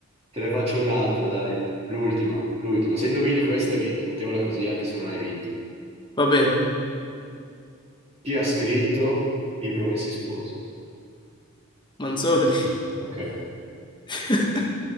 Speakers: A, on the right (about 30°); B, on the left (about 20°).
A: Te ne faccio un'altra, dai. L'ultima, l'ultima. Se indovini questa hai vinto. Mettiamola così, anche se non hai vinto.
B: Va bene.
A: Chi ha scritto I Promessi Sposi?
B: Manzoni.
A: Ok.
B: <laughs>